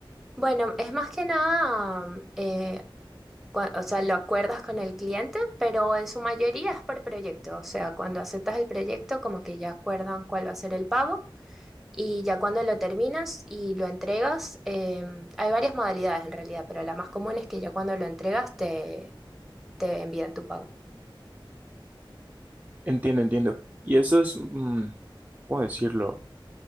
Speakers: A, in the centre; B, on the right.
A: Bueno, es más que nada, mm, eh, cua- o sea, lo acuerdas con el cliente, pero en su mayoría es por proyecto. O sea, cuando aceptas el proyecto, como que ya acuerdan cuál va a ser el pago Y ya cuando lo terminas y lo entregas, em, hay varias modalidades en realidad, pero la más común es que ya cuando lo entregas te, te envían tu pago.
B: Entiendo, entiendo. Y eso es, mm, ¿cómo decirlo?